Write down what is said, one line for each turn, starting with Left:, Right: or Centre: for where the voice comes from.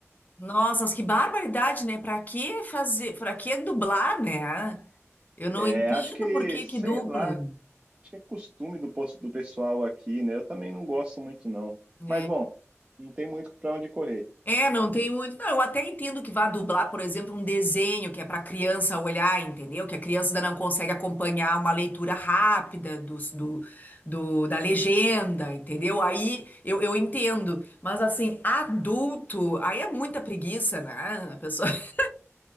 Left: Nossa, mas que barbaridade, né? Pra que fazer, pra que dublar, né? Eu não
Right: É,
Left: entendo
Right: acho que,
Left: por que
Right: sei
Left: que dubla.
Right: lá, acho que é costume do, pos- do pessoal aqui, né? Eu também não gosto muito, não.
Left: né?
Right: Mas, bom, não tem muito para onde correr.
Left: É, não tem muito. Não, eu até entendo que vá dublar, por exemplo, um desenho que é para criança olhar, entendeu? Que a criança ainda não consegue acompanhar uma leitura rápida dos- do, do- da legenda, entendeu? Aí eu, eu entendo. Mas assim, adulto, aí é muita preguiça, né? A pessoa <laughs>